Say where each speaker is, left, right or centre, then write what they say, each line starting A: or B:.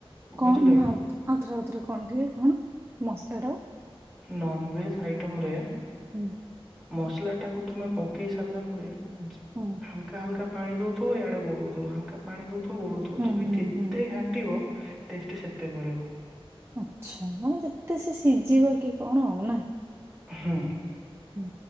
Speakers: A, in the centre; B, on the right.
A: ବୁଝିଲ
B: କଣ
A: କି
B: ଆଉଥରେ ଆଉଥରେ କଣ ଟିକେ କଣ ମସଲା ଟାକୁ
A: ନନ୍ଭେଜ୍ ଆଇଟମରେ
B: ହୁଁ।
A: ମସଲା ଟାକୁ ତମେ ପକେଇ ସାରିଲା ପରେ
B: ହୁଁ।
A: ହାଲକା ହାଲକା ପାଣି ଦେଉଥିବ ଇଆଡ଼େ ଗୋଳଉଥିବ ହାଲକା ପାଣି ଦେଉଥିବ ଗୋଳଉଥିବ
B: ହୁଁ
A: ତୁମେ
B: ହୁଁ
A: ଯେତେ
B: ହୁଁ
A: ଘାଣ୍ଟିବ ଟେଷ୍ଟ ସେତେ ବଢିବ।
B: ଆଛା ମାନେ ଯେତେ ସେ ସିଝିବ କି କଣ ଆଉ ନା।
A: ହୁଁ।
B: ହୁଁ।